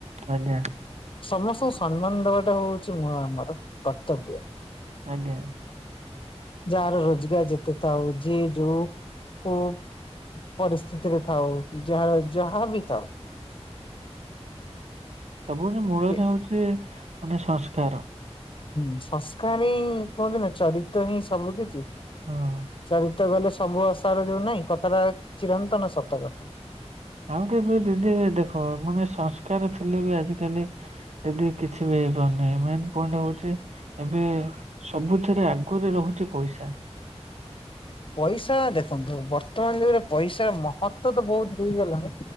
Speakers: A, on the right; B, on the left.
A: ଆଜ୍ଞା
B: ସମସ୍ତଙ୍କୁ ସମ୍ମାନ ଦବାଟା ହଉଛି ମୁଁ ଆମର କର୍ତବ୍ୟ।
A: ଆଜ୍ଞା
B: ଯାହାର ରୋଜଗାର ଯେତେ ତ ହୋଉଚି ଯଉ ଉ ପରିସ୍ଥିତିରେ ଥାଉ ଯାହା ଯାହାବି ଥାଉ।
A: ସବୁଠୁ ମୂଳରେ
B: କି
A: ହଉଚି ଗୋଟେ ସଂସ୍କାର।
B: ହୁଁ ସଂସ୍କାର ହିଁ କୁହନ୍ତି ନା ଚରିତ୍ର ହିଁ ସବୁ କିଛି।
A: ହଁ
B: ଚରିତ ଗଲେ ସବୁ ଅସାର ଯୋଉ ନହିଁ କଥାଟା ଚିରନ୍ତନ ସତ କଥା।
A: ଆଉଟ ଏବେ ଦିଦି ଏ ଦେଖ ମାନେ ସଂସ୍କାର ଥିଲେ ବି ଆଜିକାଲି ଦିଦି କିଛି ବି ହେଇପାରୁନି ମେନ ପଏଣ୍ଟ ହଉଚି ଏବେ ସବୁଥିରେ ଆଗୁରେ ରହୁଚି ପଇସା।
B: ପଇସା ଦେଖନ୍ତୁ ବର୍ତ୍ତମାନ ଯୁଗରେ ପଇସାର ମହତ୍ୱ ତ ବହୁତ ହେଇଗଲାଣି